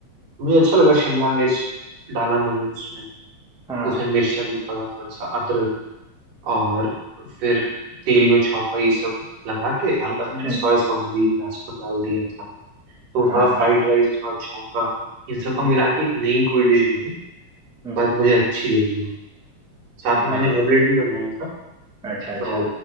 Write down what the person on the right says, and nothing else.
मुझे अच्छा लगा शिमला मिर्च डाला मैंने उसमें
उसमें मिर्चा भी पड़ा थोड़ा सा अदरक और फिर तेल में छौंका ये सब लगा के हल्का सा मैंने
सोया सॉस भी लास्ट में डाल दिया था तो
थोड़ा फ्राइड राइस थोड़ा छौंका इन सब का
मिला के एक नई कोई डिश बनी
पर मुझे अच्छी लगी वो साथ में
मैंने ऑमलेट भी बनाया था
तो